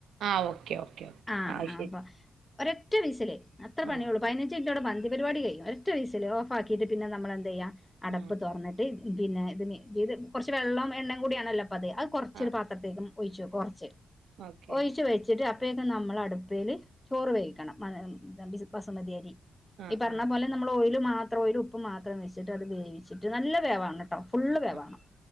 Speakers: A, on the right (about 75°); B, on the left (about 15°).
A: ആ ഓക്കെ ഓക്കെ ഓക്കെ
B: ആഹ്
A: ആ
B: ആഹ്
A: ശരി
B: അപ്പൊ ഒരൊറ്റ വീസില് അത്ര
A: ആ
B: പണിയുള്ളൂ പതിനഞ്ച് മിനിറ്റോടെ പരിപാടി കഴിയും ഒരൊറ്റ വിസില് ഓഫ് ആക്കിയിട്ട് പിന്നെ നമ്മളെന്തെയ്യാ അടപ്പ്
A: ആ
B: തുറന്നിട്ട് പിന്നെ ഇത് ഇത് കുറച്ച് വെള്ളോം എണ്ണേം കൂടിയാണല്ലോ പ്പത് അത് കൊറ ചൊരു
A: ആ
B: പാത്രത്തേക്കും ഒഴിച്ചു കൊറച്ച്
A: ഓക്കെ
B: ഒഴിച്ച് വച് ച്ചിട്ട് അപ്പൊഴേക്കും നമ്മള് അടുപ്പേല് ചോറ് വേവിക്കണം <unintelligible> ബസുമതിയരി
A: ആ
B: ഈ പറഞ്ഞ
A: ആ
B: പോലെ നമ്മള് ഓയില് മാത്രം ഓയില് ഉപ്പും മാത്രം വെച്ചിട്ട് അത് വേവിച്ചിട്ട് നല്ല വേവാവ്വണംട്ടോ ഫുള്ള് വേവാവണം
A: ആ